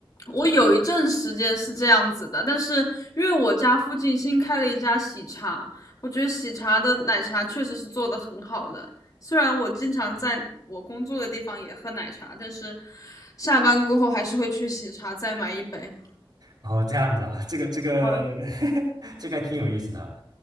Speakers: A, on the left (about 40°); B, on the right (about 50°).
A: 我有一阵时间是这样子的，但是因为我家附近新开了一家喜茶，我觉得喜茶的奶茶确实是做的很好的。虽然我经常在我工作的地方也喝奶茶，但是下班过后还是会去喜茶再买一杯。
B: 哦，这样子啊，这个这个
A: 对，
B: <laughs> 这个还挺有意思的啊